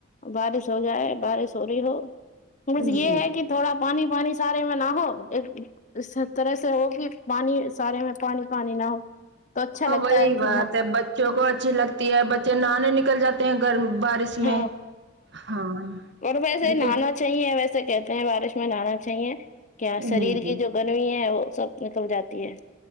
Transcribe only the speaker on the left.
بارش ہو جائے بارش ہو رہی ہو بس
یہ ہے کہ تھوڑا پانی پانی سارے میں نہ ہو ایک اس طرح سے ہوگی پانی سارے میں پانی پانی نہ ہو تو اچھا لگتا
ہے کہ
ہاں
ہاں
اور ویسے
نہانا چاہیے ویسے کہتے ہیں بارش میں نہانا چاہیے کیا شریر
کی جو گرمی ہے وہ سب نکل جاتی ہے